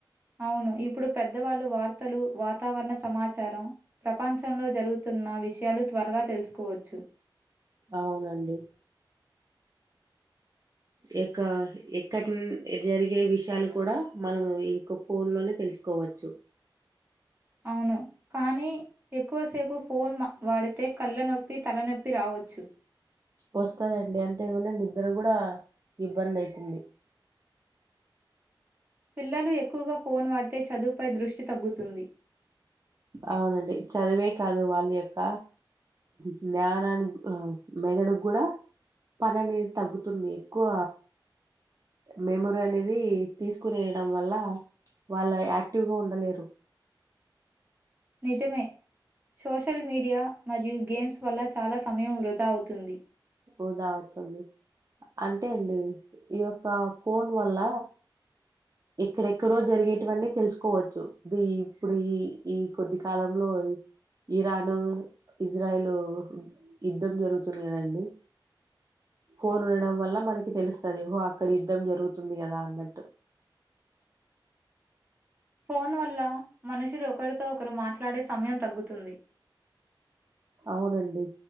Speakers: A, on the right; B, on the right.
A: అవును ఇప్పుడు పెద్దవాళ్లు వార్తలు వాతావరణ సమాచారం ప్రపంచంలో జరుగుతు తున్న విషయాలు త్వరగా తెలుసుకోవచ్చు
B: అవునండి యొక్క ఎక్కడి ను జరిగే విషయాలు కూడా మనం ఈ యొక్క ఫోన్ లోనే తెలు సోక్కోవచ్చు
A: అవును కానీ ఎక్కువసేపు ఫోన్ వాడితే కళ్ళ నొప్పి తలనొప్పి రావచ్చు
B: వస్తదండి అంతేగుననిద్దర కూడా ఇబ్బంది అయితుంది
A: పిల్లలు ఎక్కువగా ఫోన్ వాడితే చదువుపై దృష్టి తగ్గుతుంది
B: అవునండి చదివే కాదు వాళ్ళ యొక్క జ్ఞానాని ఆ మెదడుగుడా పని అనేది తగ్గుతుంది ఎక్కువ మెమరీ అనేది తీసుకునేయడం వల్ల వాళ్ళు యాక్టివ్ గా ఉండలేరు
A: నిజమే సోషల్ మీడియా మరియు గేమ్స్ వల్ల చాలా సమయం వృధా అవుతుంది
B: వృధా అవుతుంది అంటే అండి ఈ యొక్క ఫోన్ వల్ల ఎక్కడెక్కడో జరిగేటవన్నీ తెలుసుకోవచ్చు ది ఇప్పుడు ఈ ఈ కొద్ది కాలంలో పోయి ఇరాన్ ఇజ్రాయల్ యుద్ధం జరుగుతుంది కదండి ఫోన్ చూడడం వల్ల మనకి తెలుస్తది వో అక్కడ యుద్ధం జరుగుతది కదా అన్నట్టు
A: ఫోన్ వల్ల మనుషులు ఒకరితో ఒకరు మాట్లాడే సమయం తగ్గుతుంది
B: అవునండి